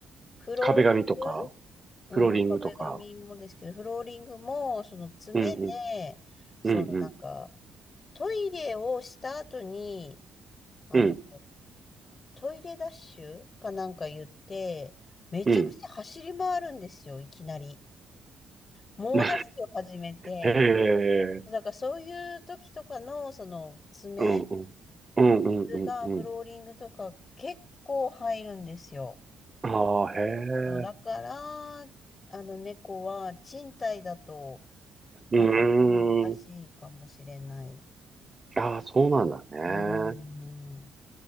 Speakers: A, on the left (about 40°); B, on the right (about 25°).
A: フローリン
B: 壁紙とか、
A: グ、
B: フローリングとか。
A: うん、まあ、壁紙もですけど、フローリングも、その爪で、
B: うんうん、
A: そのなんか、
B: うんうん、
A: トイレをした後に、あの、
B: うん、
A: トイレダッシュかなんか言って、めちゃくちゃ走り回るんですよ、
B: うん。
A: いきなり。猛ダッシュを始めて、
B: <laughs> へえ、
A: だからそういう時とかの、その爪
B: うんうん、うんうんうんうん。
A: の傷がフローリングとか結構入るんですよ。
B: ああ、へえ、
A: そうだから、あの猫は賃貸だと
B: うー
A: なかなか難しいかもしれない。
B: ん。
A: う
B: ああ、そうなんだね。
A: ーん。